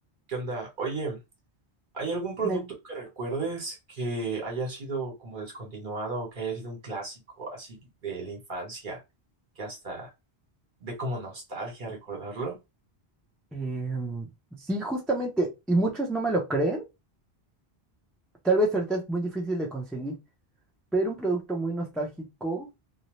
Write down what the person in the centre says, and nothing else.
Me-
em, sí, justamente, y muchos no me lo creen. Tal vez ahorita es muy difícil de conseguir, pero un producto muy nostálgico,